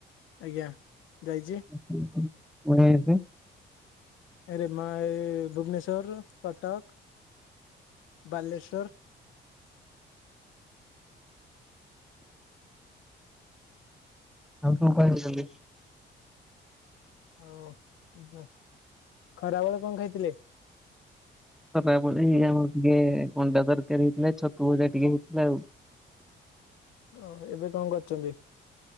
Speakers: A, on the left (about 85°); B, in the centre.
A: ଆଜ୍ଞା ଯାଇଚି।
B: <inaudible>
A: ଏରେମ ଭୁବନେଶ୍ୱର୍, କଟକ, ବାଲେଶ୍ୱର୍।
B: ଆମ ତୁ ପାଇଅନ୍ତି
A: ହୋଉ ଖରାବେେଳେ କଁ ଖାଇଥିଲେ?
B: ଖରାବେଳେଇ ଆମର୍ ଟିକେ ଅଣ୍ଡା ତର୍କାରି ହେଇଥିଲା, ଛତୁ ଭଜା ଟିକେ ହେଇଥିଲା ଆଉ।
A: ଓ ଏବେ କଁ କରୁଚନ୍ତି?